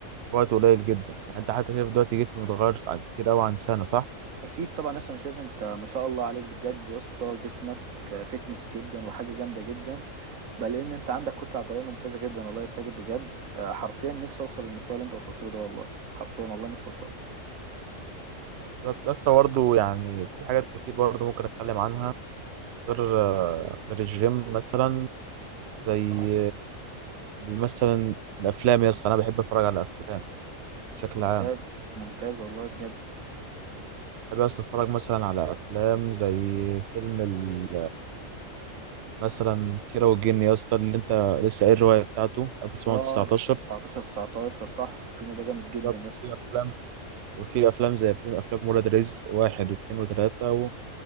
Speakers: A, on the right; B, on the right.
A: وقت قليل جدا يعني انت حتى شايف دلوقتي جسمي متغير عن كتير قوي عن سنه صح
B: أكيد طبعا أصلا شايف أنت ما شاء الله عليك بجد يا اسطى جسمك فتنس جدا وحاجة جامدة جدا بل ان انت عندك كتله عضليه ممتازه جدا والله يا ساجد بجد آه، حرفيا نفسي اوصل للمستوى اللي انت وصلت له ده والله حرفيا والله نفسي اوصل له
A: بالظبط يا اسطى برضه يعني في حاجات كتير برضه ممكن اتكلم عنها غير غير الجيم مثلا زي
B: اه
A: مثلا الافلام يا اسطى انا بحب اتفرج على افلام بشكل
B: ممتاز
A: عام
B: ممتاز والله بجد
A: بحب يا اسطى اتفرج مثلا على افلام زي فيلم ال- مثلا كيرة والجن يا اسطى اللي انت لسه قايل الروايه بتاعته 1919
B: اه 19 19 صح الفيلم ده جامد جدا
A: بالظبط.
B: يا اسطى
A: في افلام وفي افلام زي فيلم افلام ولاد رزق واحد واثنين وثلاثه